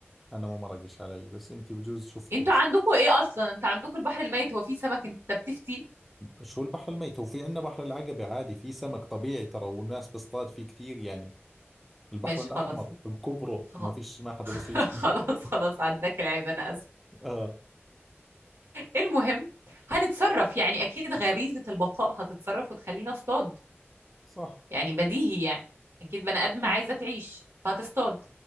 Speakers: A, in the centre; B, on the right (about 70°).
A: انا ما مرقش علي بس انت بجوز شفتي
B: انتوا
A: بس
B: عندكوا ايه اصلا انت عندكوا البحر الميت هو فيه سمك انت بتفتي
A: شو البحر الميت وفي عندنا بحر العقبة عادي في سمك طبيعي ترى والناس بصطاد فيه كثير يعني البحر
B: ماشي
A: الاحمر
B: خلاص
A: بكبره
B: خ-
A: وما فيش ما حدا
B: <laughs>
A: بصيد فيه
B: خلاص خلاص عداك العيب انا اسف
A: <laughs> اه
B: المهم هنتصرف يعني اكيد غريزة البقاء هتتصرف وتخلينا اصطاد
A: صح
B: يعني بديهي يعني اكيد بني ادم عايزة تعيش فهتصطاد